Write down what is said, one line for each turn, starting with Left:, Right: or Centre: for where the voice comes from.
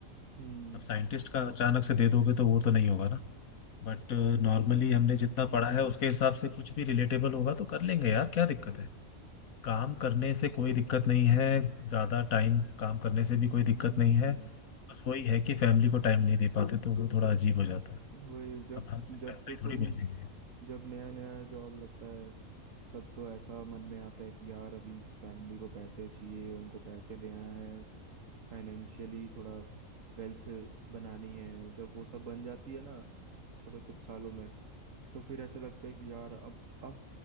Right: हम्म
Left: अब साइंटिस्ट का अचानक से दे दोगे तो वो तो नहीं होगा ना बट नॉर्मली
Right: हम्म
Left: हमने जितना पढ़ा है उसके हिसाब से कुछ भी रिलेटेबल होगा तो कर लेंगे यार क्या दिक्कत है काम करने से कोई दिक्कत नहीं है ज्यादा टाइम काम करने से भी कोई दिक्कत
Right: हम्म,
Left: नहीं है बस वही है कि फैमिली को टाइम नहीं दे पाते तो वो थोड़ा अजीब हो जाता है
Right: वही जब
Left: अब हम सिर्फ
Right: जब
Left: पैसा
Right: तो
Left: ही
Right: तुम
Left: थोड़ी भेजेंगे
Right: जब नया नया जॉब लगता है तब तो ऐसा मन में आता है कि यार अभी फैमिली को पैसे चाहिए उनको पैसे देना है फाइनेंशियली थोड़ा वेल्थ बनानी है जब वो सब बन जाती है ना थोड़े कुछ सालों में तो फिर ऐसा लगता है कि यार अब अब